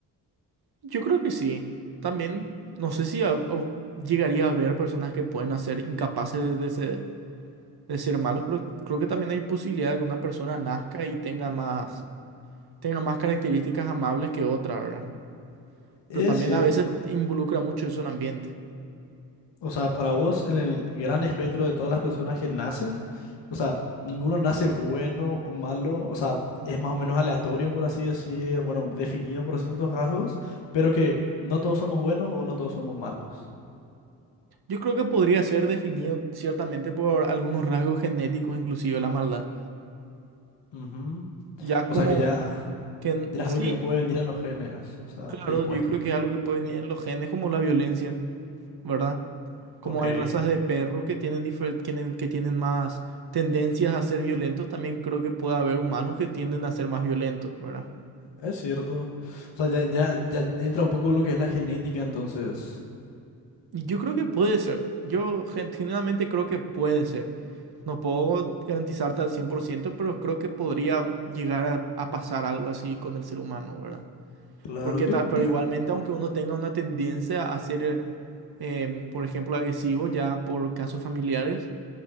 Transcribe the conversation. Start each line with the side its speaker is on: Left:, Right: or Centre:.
Right: Yo creo que sí. También, no sé si a- a- llegaría a haber personas que pueden nacer incapaces de ser, de ser malos, pero creo que también hay posibilidad de que una persona nazca y tenga más,
Left: Ok.
Right: tenga más características amables que otra, ¿verdad?
Left: Es
Right: Pero también
Left: cierto.
Right: a veces involucra mucho eso en ambiente.
Left: O sea, para vos, en el gran espectro de todas las personas que nacen, o sea, ninguno nace bueno o malo, o sea, es más o menos aleatorio, por así decir, bueno, definido por ciertos rasgos, pero que no todos somos buenos o no todos somos malos.
Right: Yo creo que podría ser definido ciertamente por algunos rasgos genéticos, inclusive la maldad.
Left: Ujú.
Right: Ya
Left: O
Right: como
Left: sea, que ya,
Right: que n-
Left: ya es
Right: sí,
Left: algo que puede venir en los genes, o sea,
Right: claro,
Left: predispuesto.
Right: yo creo que es algo que puede venir en los genes, como la violencia, ¿verdad? Como
Left: Ok.
Right: hay razas de perro que tienen, difer- tienen- que tienen más tendencias a ser violentos, también creo que puede haber humanos que tienden a ser más violentos, ¿verdad?
Left: Es cierto. O sea, ya, ya, ya entra un poco lo que es la genética, entonces.
Right: Y yo creo que puede ser. Yo gen- genuinamente creo que puede ser. No puedo garantizarte al 100%, pero creo que podría llegar a, a pasar algo así con el ser humano, ¿verdad?
Left: Claro,
Right: Porque
Left: yo,
Right: ta-
Left: yo
Right: pero igualmente,
Left: creo.
Right: aunque uno tenga una tendencia a ser, eh, por ejemplo, agresivo ya por casos familiares,